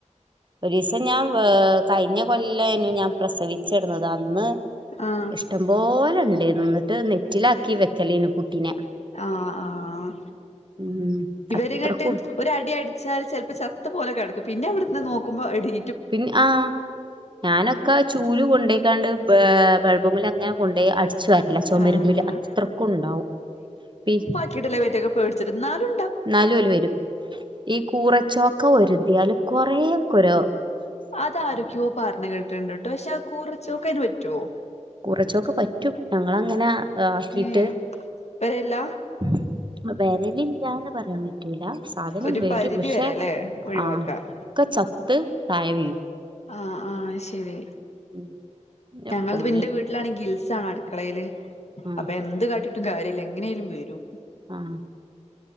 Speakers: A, on the right; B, on the left.
A: ഒരീസംഞാം വേ കയ്ഞ്ഞ കൊല്ലെയ്നു ഞാ പ്രസവിച്ചടന്നത് അന്ന്
B: ആഹ്
A: ഷ്ടം പോല ണ്ടെര്ന്നു. ന്നട്ട് നെറ്റിലാക്കി വെക്കലേയ്നു കുട്ടിന.
B: ആഹ് ആഹ്
A: ഉം
B: ഇവരിങ്ങട്ട്
A: അത്രക്കും
B: ഒര ടി അടിച്ചാൽ ചെലപ്പോ ചത്ത പോല കെടക്കും പിന്ന അവിട്ന്ന് നോക്കുമ്പ എടീ
A: പിൻ ആഹ് ഞാനൊക്ക ചൂല് കൊണ്ടെയ്കാണ്ട് ബേ ബൾബ് മെല ങ്ങനെ കൊണ്ടോയി അടിച്ച്‌ ച്ചുവാര്ല്ല ചൊമരുമ്മല്
B: ആഹ്
A: അത്രക്കും ണ്ടാവും പിരി
B: കിട്ലെ ബെറ്റക്ക പേടിച്ചിട്ട് എന്നാ ലു
A: ന്നാലു ഓല് വെരും ഈ കൂറച്ചോക്ക ഒരതിയാല് കൊറേ ക്കൊരൊ
B: അതാരൊക്ക്യോ പറഞ്ഞ്. കേട്ടിട്ട്ണ്ട് ട്ടോ പക്ഷേ അ കൂറ ചോക്കേ അയന് പറ്റ് വോ
A: കൂറച്ചൊക്ക പറ്റും ഞങ്ങളങ്ങന അ അക്കിട്ട്
B: ഏഹ് വരെല്ല
A: <unintelligible> വേരലിൻ ല്ലാന്ന് പറയാം പറ്റൂല സാധനം
B: ഒരു
A: വെരും
B: പരിധി
A: പക്ഷേ
B: വരെല്ലേ ഒഴിവാക്കാം
A: ആഹ് ക്ക ചത്ത് താഴ വീഴും
B: ആഹ് ആഹ് ശരി
A: ഉം പിന്നെ
B: ഞങ്ങൾത്
A: ഫോണിൽ
B: തിപ്പന്റ വീട് ലാണെ ഗിൽസാണ അട്ക്കളെല്
A: ആഹ്
B: അപ്പ എന്ത് കാട്ടിട്ടും കാര്യല്ല എങ്ങനെലും വെരും
A: ആഹ്